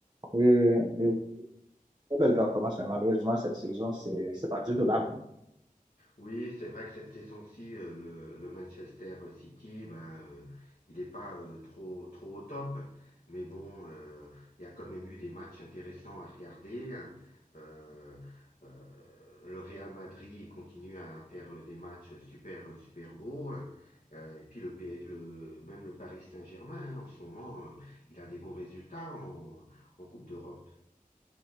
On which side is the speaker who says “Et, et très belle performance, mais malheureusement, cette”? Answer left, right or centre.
Right